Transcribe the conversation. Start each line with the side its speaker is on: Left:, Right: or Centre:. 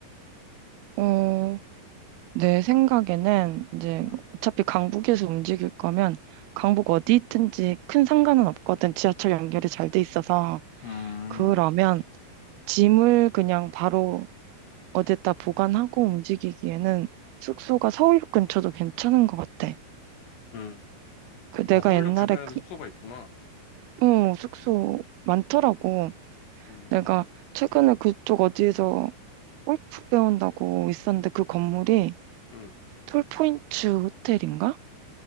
Right: 어, 내 생각에는 이제
Left: 음,
Right: 어차피 강북에서 움직일 거면 강북 어디 있든지 큰 상관은 없거든. 지하철 연결이 잘 돼 있어서.
Left: 음,
Right: 그러면 짐을 그냥 바로 어디다 보관하고 움직이기에는 숙소가 서울역 근처도 괜찮은 것 같아.
Left: 음.
Right: 그 내가
Left: 아, 서울역
Right: 옛날에
Left: 주변에도
Right: 그,
Left: 숙소가 있구나.
Right: 어, 숙소 많더라고.
Left: 음,
Right: 내가 최근에 그쪽 어디에서 골프 배운다고 있었는데 그 건물이
Left: 음,
Right: 톨포인트 호텔인가?